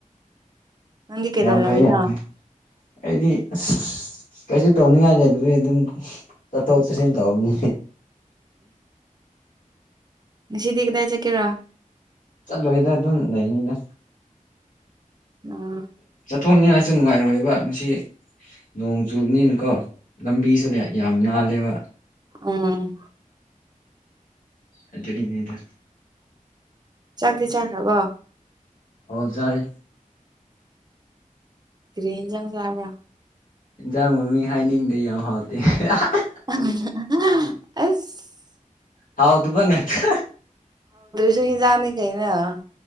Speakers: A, on the right; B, on the left.
A: ꯅꯪꯗꯤ ꯀꯩꯗꯧꯔꯝꯃꯤꯅꯣ
B: ꯌꯥꯝ ꯐꯩ ꯌꯥꯝ ꯐꯩ ꯑꯩꯗꯤ ꯑꯁ ꯀꯩꯁꯨ ꯇꯧꯅꯤꯡꯉꯥꯏ ꯂꯩꯗꯔ‌ꯦ ꯑꯗꯨꯝ ꯆꯠꯊꯣꯛ ꯆꯠꯁꯤꯟ ꯇꯧꯕꯅꯤ
A: ꯉꯁꯤꯗ ꯀꯗꯥꯏ ꯆꯠꯀꯦꯔꯣ
B: ꯆꯠꯂꯣꯏꯗ ꯑꯗꯨꯝ ꯂꯩꯅꯤꯗ
A: ꯑꯝ
B: ꯊꯣꯛꯅꯤꯉꯥꯏꯁꯨ ꯅꯨꯡꯉꯥꯏꯔꯣꯏꯕ ꯉꯁꯤ ꯅꯣꯡ ꯆꯨꯕꯅꯤꯅ ꯀꯣ ꯂꯝꯕꯤꯁꯤꯗ ꯌꯥꯝ ꯅꯥꯜꯂꯦꯕ
A: ꯎꯝ
B: ꯑꯗꯨꯒꯤꯅꯦꯗ
A: ꯆꯥꯛꯇꯤ ꯆꯥꯈ꯭ꯔꯕꯣ
B: ꯑꯣ ꯆꯥꯔꯦ
A: ꯀꯔꯤ ꯏꯟꯖꯥꯡ ꯆꯥꯕꯔ
B: ꯏꯟꯖꯥꯡ ꯃꯃꯤꯡ ꯍꯥꯏꯅꯤꯡꯗ‌ꯦ ꯌꯥꯝ ꯍꯥꯎꯇꯦ <unintelligible>
A: <unintelligible> ꯑꯁ
B: ꯍꯥꯎꯇꯕ ꯉꯥꯛꯇ
A: ꯖꯨ ꯏꯟꯖꯥꯡꯅꯤ ꯀꯩꯅꯣ